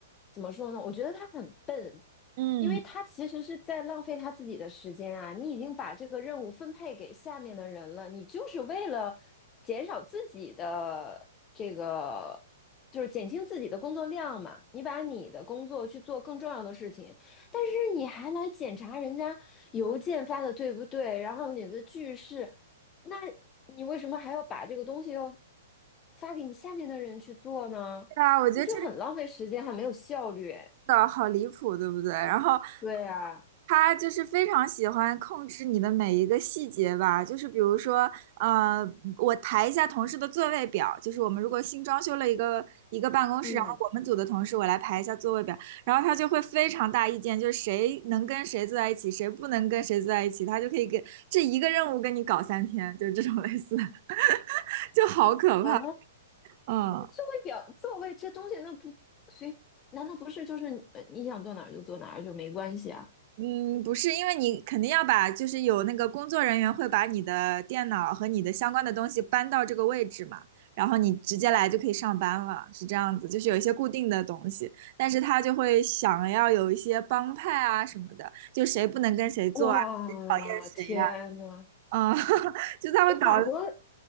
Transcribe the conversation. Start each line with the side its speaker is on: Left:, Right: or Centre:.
Left: 怎么说呢？我觉得他很笨，
Right: 嗯，
Left: 因为他其实是在浪费他自己的时间啊。你已经把这个任务分配给下面的人了，你就是为了减少自己的这个，就是减轻自己的工作量嘛。你把你的工作去做更重要的事情，但是你还来检查人家邮件发的对不对，然后你的句式。那你为什么还要把这个东西要发给你下面的人去做呢？
Right: 对啊，我觉得这个
Left: 那就很浪费时间，还没有效率。
Right: 的好离谱，对不对？然后
Left: 对啊，
Right: 他就是非常喜欢控制你的每一个细节吧，就是比如说，呃，我排一下同事的座位表，就是我们如果新装修了一个一个办公室，
Left: 嗯
Right: 然后我们组的同事我来排一下座位表，然后他就会非常大意见，就是谁能跟谁坐在一起，谁不能跟谁坐在一起，他就可以给这一个任务跟你搞三天，就是这种类似的，<laughs> 就好可怕，
Left: 啊，
Right: 嗯。
Left: 座位表座位这东西，那不随，难道不是就是呃你想坐哪儿就坐哪儿就没关系啊？
Right: 嗯，不是，因为你肯定要把，就是有那个工作人员会把你的电脑和你的相关的东西搬到这个位置嘛，然后你直接来就可以上班了，是这样子，就是有一些固定的东西，但是他就会想要有一些帮派啊什么的，就谁不能跟谁做啊，
Left: 哇，
Right: 谁讨厌谁啊，
Left: 天呐，
Right: 啊，嗯 <laughs> 就他会搞得
Left: 是法国